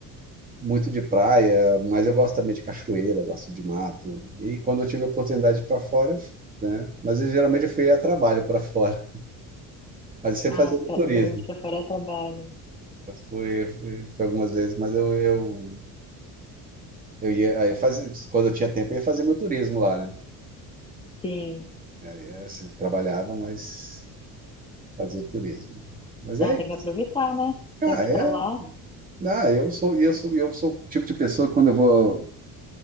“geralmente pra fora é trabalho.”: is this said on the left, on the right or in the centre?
Left